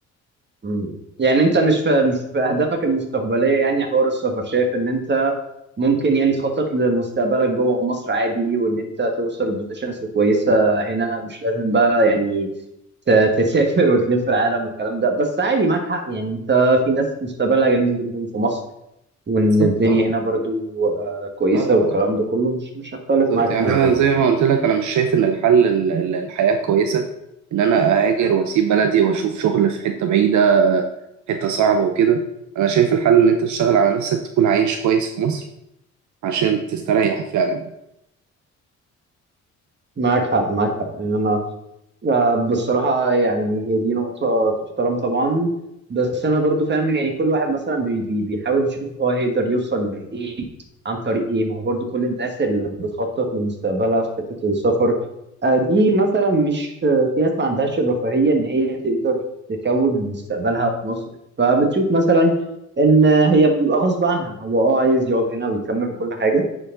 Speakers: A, on the right (about 35°); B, on the right (about 70°).
A: مم. يعني انت مش في مش في اهدافك المستقبليه يعني حوار السفر شايف ان انت ممكن يعني تخطط لمستقبلك جوه مصر عادي وان انت توصل لبوزيشنز كويسه هنا مش لازم بقى يعني ت- تسافر وتلف العالم والكلام ده بس عادي معاك حق يعني انت في ناس مستقبلها جميل جدا في مصر وان
B: بالظبط
A: الدنيا
B: اه
A: هنا برضو آه، كويسه
B: اه آه،
A: والكلام ده كله مش مش هختلف
B: بالظبط
A: معاك
B: يعني
A: فيها
B: انا
A: طبعا
B: زي ما قلت لك انا مش شايف ان الحل ال- ال- الحياة كويسة ان انا اهاجر واسيب بلدي واشوف شغل في حتة بعيدة حتة صعبة وكده انا شايف الحل ان انت تشتغل على نفسك تكون عايش كويس في مصر عشان تستريح فعلا
A: معاك حق معاك حق يعني انا آه، بصراحة يعني هي دي نقطة تحترم طبعا بس أنا برضو فاهم يعني كل واحد مثلا بي بي بيحاول يشوف هو هيقدر يوصل لإيه عن طريق إيه ما هو برضو كل الناس اللي بتخطط لمستقبلها في حتة السفر آه، دي مثلا مش آه، في ناس ما عندهاش الرفاهية إن هي تقدر تكون مستقبلها في مصر فبتشوف مثلا إن هي بيبقى غصب عنها هو أه عايز يقعد هنا ويكمل وكل حاجة